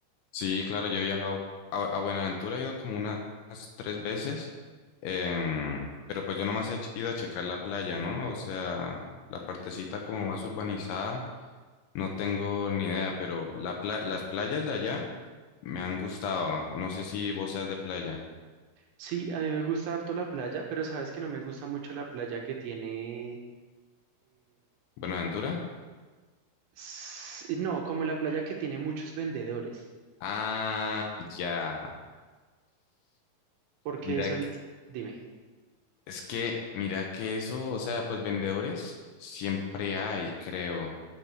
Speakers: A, on the left; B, on the right.
A: sí, claro, yo he viajado a, a Buenaventura, he ido como unas tres veces, em, pero pues yo nomás he ch- ido a checar la playa, ¿no? O sea, la partecita como más urbanizada, no tengo ni idea, pero la pla- las playas de allá me han gustado. No sé si vos seas de playa.
B: Sí, a mí me gusta harto la playa, pero sabes que no me gusta mucho la playa que tiene...
A: ¿Buenaventura?
B: S- No, como la playa que tiene muchos vendedores,
A: Ah, ya.
B: porque
A: Mira,
B: eso,
A: que-
B: le- dime,
A: es que, mira que eso, o sea, pues vendedores siempre hay, creo.